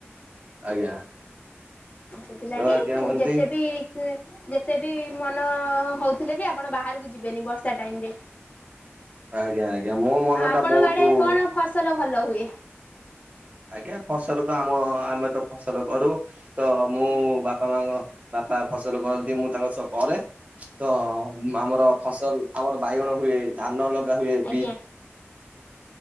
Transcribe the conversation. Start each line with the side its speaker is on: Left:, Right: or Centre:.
Right: ଆଜ୍ଞା।
Left: ଉଁ ସେଥିଲାଗି
Right: ତ ଆଜ୍ଞା ମନ୍ତି
Left: ଯେତେ ବି ତେ ଯେତେ ବି ମନ ହଉଥିଲେ ବି ଆପଣ ବାହାରୁକୁ ଯିବେନି ବର୍ଷା ଟାଇମ୍ ରେ।
Right: ଆଜ୍ଞା ଆଜ୍ଞା ମୋ ମନଟା
Left: ଆଉ ଆପଣଙ୍କ
Right: ବହୁତୁ
Left: ଆଡେ କଣ ଫସଲ ଭଲ ହୁଏ।
Right: ଆଜ୍ଞା ଫସଲ ତ ଆମ ଆମ ତ ଫସଲ କରୁ। ତ ମୁଁ ବାପା ମାଙ୍କ ବାପା ଫସଲ କରନ୍ତି ମୁଁ ତାଙ୍କ ସହ କରେ। ତ ଆମର ଫସଲ ଆମର ବାଇଗଣ ହୁଏ ଧାନ ଲଗା ହୁଏ
Left: ଆଜ୍ଞା
Right: ବି